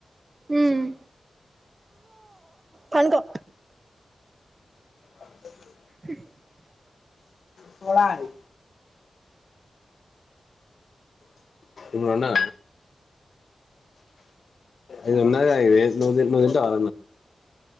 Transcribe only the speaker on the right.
హుమ్ పనుకో
<inaudible>